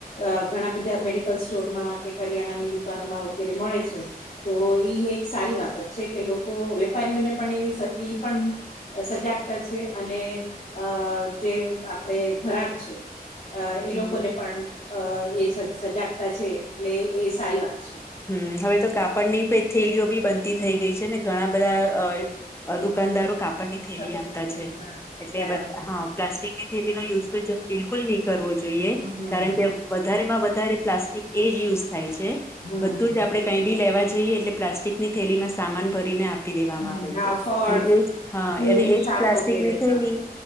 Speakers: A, on the left (about 50°); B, on the left (about 15°).
A: અ ઘણા બધા મેડિકલ સ્ટોરમાં કે કરિયાણાની દુકાનોમાં વગેરે મળે છે. તો એ એક સારી બાબત છે કે લોકો વેપારીઓને પણ એવી ઈ પણ સજાગતા છે અને અ જે આપડ ઘરાક છે. અ એ
B: હમ
A: લોકોને પણ અ એ સજાગતા છે એટલે એ સારી વાત છે.
B: હમ હવે તો કાપડની થેલીઓ બી બનતી થઈ ગઈ છે ને ઘણા બધા દુકાનદારો કાપડની થેલી
A: સફરજન
B: આપતા
A: સિવાય.
B: છે,
A: હા,
B: એટલે
A: બરાબર
B: એ બધા હા. પ્લાસ્ટિકની થેલી નો યુઝ બિલકુલ નહી કરવો જોઈએ,
A: હમ,
B: કારણ કે વધારે માં વધારે પ્લાસ્ટિક એ જ યુઝ થાય છે,
A: હમ, હમ,
B: બધું જ આપણે કંઈ બી લેવા જઈએ એટલે પ્લાસ્ટિકની થેલીમાં સામાન ભરીને આપ આપી દેવામાં
A: હમ.
B: આવે
A: હા
B: છે,
A: ફળ
B: અને એ હા
A: ફૂલ
B: અને એજ
A: શાક
B: પ્લાસ્ટિકની
A: વગેરે
B: થયલી.
A: હા